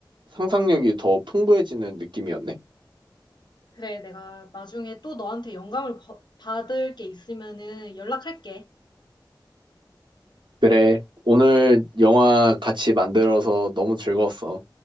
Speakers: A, on the right; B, on the left.
A: 상상력이 더 풍부해지는 느낌이었네.
B: 그래, 내가 나중에 또 너한테 영감을 버- 받을 게 있으면은 연락할게.
A: 그래, 오늘 영화 같이 만들어서 너무 즐거웠어.